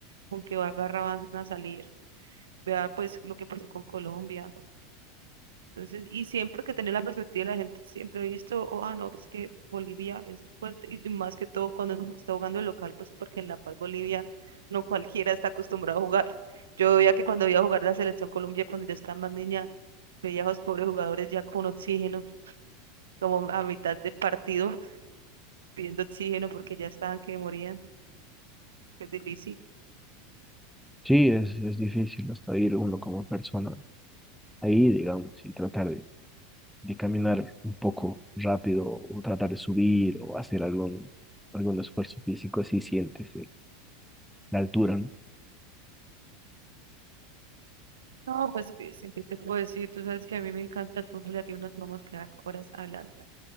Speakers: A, on the right; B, in the centre.
A: con que agarra van a salir, vea pues lo que pasó con Colombia, entonces, y siempre que tenía la perspectiva de la gente, siempre he visto, oh, ah, no, es que Bolivia es fuerte, y, y más que todo cuando se está jugando el local, pues porque en La Paz, Bolivia, no cualquiera está acostumbrado a jugar. Yo veía que cuando iba a jugar la selección Colombia, cuando yo estaba más niña, veía a los pobres jugadores ya con oxígeno, como a mitad de partido, pidiendo oxígeno porque ya estaban que morían, que es difícil.
B: sí, es, es difícil hasta ir uno como persona ahí, digamos, y tratar de de caminar un poco rápido o tratar de subir o hacer algún, algún esfuerzo físico, así sientes el- la altura, ¿no?
A: No, pues, Cristian, ¿qué te puedo decir? Tú sabes que a mí me encanta el fútbol y aquí nos podemos quedar horas hablando.